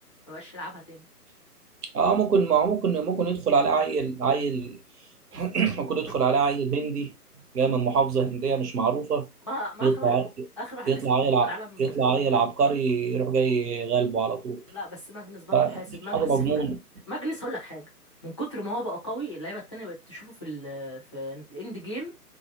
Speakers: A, on the left; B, on the right.
A: ما بقاش يلعبها تاني
B: اه ممكن ما هو ممكن ممكن يدخل عليه عيل عيل <clears throat> ممكن يدخل
A: <laughs>
B: عليه عيل هندي جاي من محافظة هندية مش معروفة
A: ما ما
B: يطلع
A: آخر واحد آخر واحد
B: يطلع
A: كسب بطولة
B: عيل ع-
A: العالم
B: يطلع عيل عبقري يروح جاي غالبه على طول
A: لا بس ماجنس برضه
B: فحاجة
A: حاسب ماجنس
B: مضمونة
A: في ماجنس هقول لك حاجه من كتر ما هو بقى قوي اللعيبه التانية بقت تشوفه في ال في الاند جيم